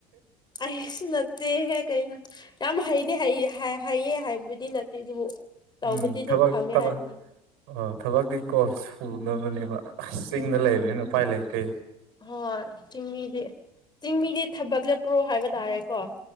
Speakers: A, on the left; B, on the right.
A: ꯑꯩꯁꯨ ꯅꯠꯇꯦꯍꯦ ꯀꯩꯅꯣ ꯌꯥꯝ ꯍꯩꯗꯤ ꯍꯩꯌꯦ ꯍꯥꯏꯕ ꯗꯤ ꯅꯠꯇꯦ ꯑꯗꯨꯕꯨ ꯇꯧꯕꯗꯤ
B: ꯎꯝ
A: ꯑꯗꯨꯝ
B: ꯊꯕꯛ
A: ꯈꯪꯉꯦ
B: ꯊꯕꯛ
A: ꯍꯥꯏꯕꯅꯤ
B: ꯑ ꯊꯕꯛꯇꯤ ꯀꯣ ꯑꯗꯨꯝꯕꯅꯦꯕ ꯑꯁ ꯆꯤꯡꯗ
A: ꯍꯣꯏ ꯍꯣꯏ
B: ꯂꯩꯕꯅꯤꯅ ꯎꯄꯥꯏ ꯂꯩꯇꯦ
A: ꯍꯣꯏ ꯆꯤꯡꯃꯤꯗꯤ ꯆꯤꯡꯃꯤꯗꯤ ꯊꯕꯛ ꯆꯠꯄ꯭ꯔꯣ ꯍꯥꯏꯕ ꯇꯥꯔꯦꯀꯣ